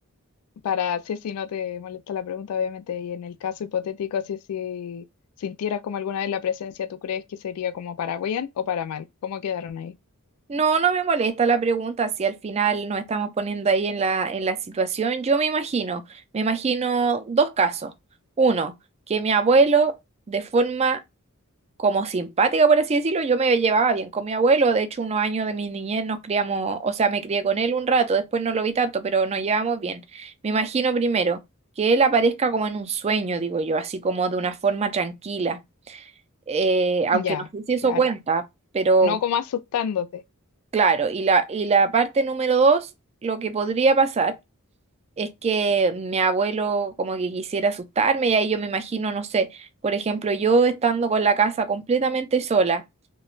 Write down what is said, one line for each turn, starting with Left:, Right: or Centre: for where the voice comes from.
Left: para si si no te molesta la pregunta, obviamente, y en el caso hipotético, si si sintieras como alguna vez la presencia, ¿tú crees que sería como para bien o para mal? ¿Cómo quedaron ahí?
Right: No, no me molesta la pregunta si al final nos estamos poniendo ahí en la, en la situación. Yo me imagino, me imagino dos casos. Uno, que mi abuelo de forma como simpática, por así decirlo, yo me llevaba bien con mi abuelo. De hecho, unos años de mi niñez nos criamos, o sea, me crié con él un rato, después no lo vi tanto, pero nos llevamos bien. Me imagino primero que él aparezca como en un sueño, digo yo, así como de una forma tranquila, eh, aunque
Left: Ya,
Right: no sé si eso
Left: claro.
Right: cuenta, pero
Left: No como asustándote.
Right: claro. Y la, y la parte número dos, lo que podría pasar. Es que mi abuelo como que quisiera asustarme y ahí yo me imagino, no sé, por ejemplo, yo estando con la casa completamente sola